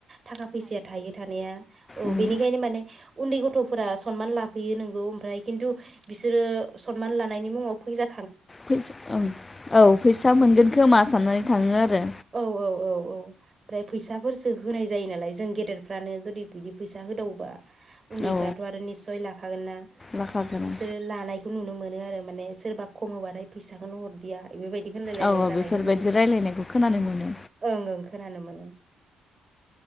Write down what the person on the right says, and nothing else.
थाखा फैसाया थायो थानाया औ
बेनिखायनो माने उन्दै गथ'फोरा सनमान लाफैयो नोंगौ ओमफ्राय खिन्थु बिसोरो सनमान लानायनि मुंङाव फैजा
औ औ औ औ। ओमफ्राय फैसाफोरसो होनाय जायो नालाय जों गेदेरफ्रानो जुदि बिदि फैसा होदावबा उन्दैफ्राथ'
आरो निसय लाखागोन ना
बिसोर लानायखौ नुनो मोनो आरो माने सोरबा खम होबाथाय फैसाखौनो हरदिया। बेफोरबायदि होनलायलायनाय
जानायखौ
जों
ओं ओं। खोनानो मोनो।